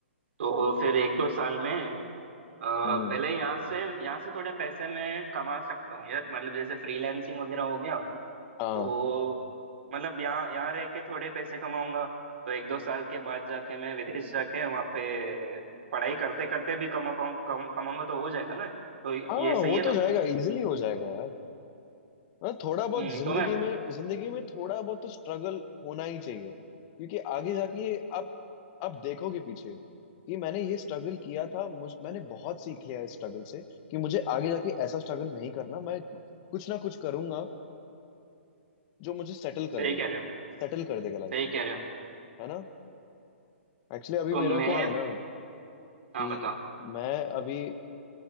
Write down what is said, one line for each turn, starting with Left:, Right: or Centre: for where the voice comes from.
Right: तो फिर एक दो साल में अ, पहले
Left: हम्म
Right: यहाँ से यहाँ से थोड़े पैसे मैं कमा सकता हूँ यार मतलब जैसे फ्रीलांसिंग वगैरह हो गया
Left: हाँ
Right: तो मतलब यहाँ यहाँ रह के थोड़े पैसे कमाऊंगा तो एक दो साल के बाद जाके मैं विदेश जाके वहाँ पे पढ़ाई करते करते भी कमा पाऊँ कम, कमाऊंगा तो हो जाएगा ना तो
Left: हाँ
Right: ये सही
Left: हो
Right: है ना
Left: तो जाएगा इजिली हो जाएगा यार हाँ थोड़ा बहुत
Right: हम्म
Left: जिंदगी
Right: तो मैं
Left: में जिंदगी में थोड़ा बहुत तो स्ट्रगल होना ही चाहिए क्योंकि आगे जाके आप आप देखोगे पीछे कि मैंने ये स्ट्रगल किया था मुझ मैंने बहुत सीख लिया इस स्ट्रगल से कि मुझे आगे जाके ऐसा स्ट्रगल नहीं करना मैं कुछ ना कुछ करूंगा जो मुझे सेटल कर
Right: सही
Left: देगा
Right: कह रहे हो
Left: सेटल कर देगा लाइफ
Right: सही
Left: में
Right: कह रहे हो
Left: है ना एक्चुअली अभी
Right: तो
Left: मेरा
Right: मैं
Left: क्या है ना
Right: हाँ
Left: कि
Right: बताओ
Left: मैं अभी